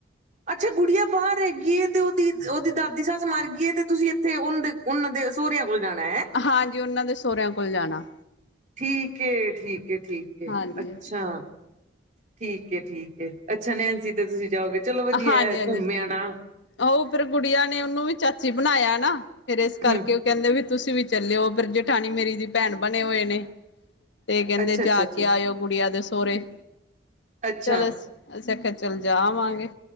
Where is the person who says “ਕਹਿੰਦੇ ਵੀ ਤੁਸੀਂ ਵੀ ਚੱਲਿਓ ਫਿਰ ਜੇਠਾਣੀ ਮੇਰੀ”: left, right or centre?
Left